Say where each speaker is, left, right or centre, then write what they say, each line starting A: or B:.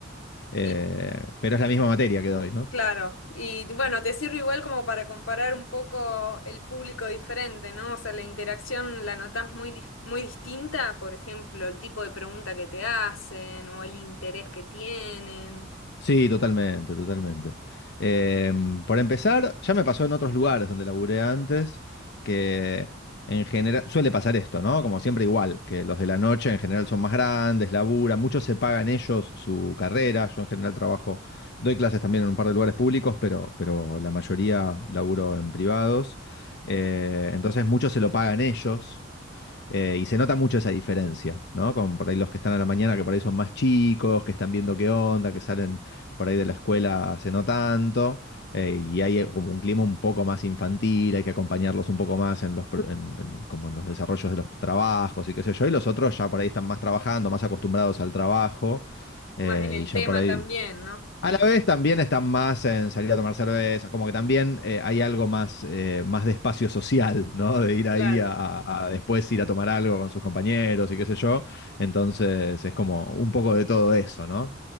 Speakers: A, on the left; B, on the left.
A: eh,
B: Y,
A: pero es la
B: y-
A: misma materia que doy, ¿no?
B: claro, y bueno, te sirve igual como para comparar un poco el público diferente, ¿no? O sea, la interacción la notas muy, dif- muy distinta, por ejemplo, el tipo de pregunta que te hacen o el interés que tienen.
A: Sí, totalmente, totalmente. Em, por empezar, ya me pasó en otros lugares donde laburé antes, que en general suele pasar esto, ¿no? Como siempre igual, que los de la noche en general son más grandes, laburan, muchos se pagan ellos su carrera. Yo en general trabajo, doy clases también en un par de lugares públicos, pero, pero la mayoría laburo en privados. Eh, entonces muchos se lo pagan ellos. Eh, y se nota mucho esa diferencia, ¿no? Con por ahí los que están a la mañana, que por ahí son más chicos, que están viendo qué onda, que salen por ahí de la escuela hace no tanto, eh, y hay eh, como un clima un poco más infantil, hay que acompañarlos un poco más en los, pro- en- en- como en los desarrollos de los trabajos y qué sé yo, y los otros ya por ahí están más trabajando, más acostumbrados al trabajo, eh,
B: más en el
A: y ya
B: tema
A: por ahí...
B: también, ¿no?
A: A
B: Y
A: la vez también están más en salir a tomar cerveza, como que también eh, hay algo más, eh, más de espacio social, ¿no? De ir
B: claro,
A: ahí a, a- a después ir a tomar algo con sus compañeros y qué sé yo. Entonces es como un poco de todo eso, ¿no?